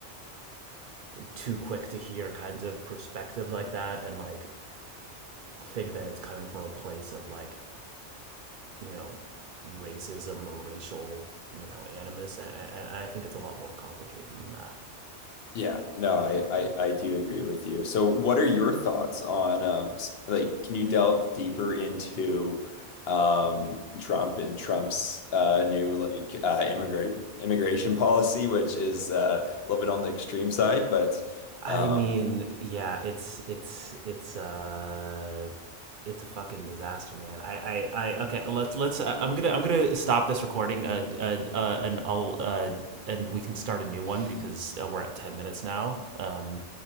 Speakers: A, on the right; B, on the left.
A: too quick to hear kinds of perspectives like that and like think that it's coming from a place of like you know racism or racial you know animus and, and I think it's a lot more complicated than that.
B: Yeah, no, I, I I do agree with you. So what are your thoughts on um s- like can you delve deeper into um Trump and Trump's uh new like uh immigrant immigration <laughs> policy which is uh, a little bit on the extreme side but
A: I
B: um
A: mean, yeah, it's it's it's uh it's a fucking disaster, man. I I, I okay, let's let's uh, I'm going to I'm going to stop this recording uh, uh uh and I'll uh and we can start a new one because uh, we're at 10 minutes now. Um